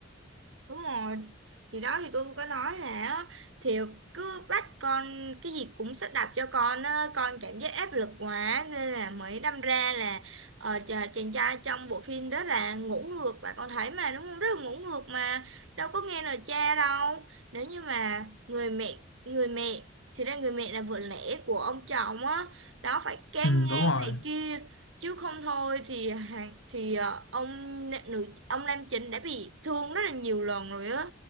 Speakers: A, on the right; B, on the left.
A: Đúng rồi. Thì đó thì tôi cũng có nói là thì cứ bắt con cái gì cũng sắp đặt cho con á, con cảm giác áp lực quá nên là mới đâm ra là ờ, chà- chàng trai trong bộ phim đó là ngủ ngược bạn con thấy mà đúng không? Rất là ngủ ngược mà đâu có nghe lời cha đâu. Nếu như mà người mẹ người mẹ thì ra người mẹ là vợ lẽ của ông chồng á đó phải can
B: ừ,
A: ngang
B: đúng rồi
A: này kia chứ không thôi thì hàng- thì ờ, ông na- nữ ông nam chính đã bị thương rất là nhiều lần rồi á